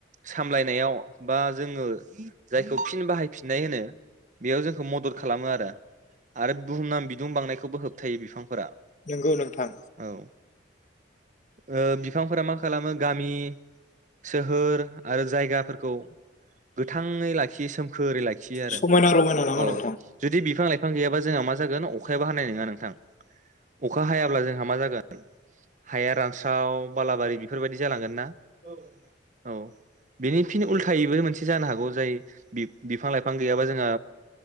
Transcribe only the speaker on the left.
नोंगौ नोंथां।
समायना
रमायना नामा
नोंथां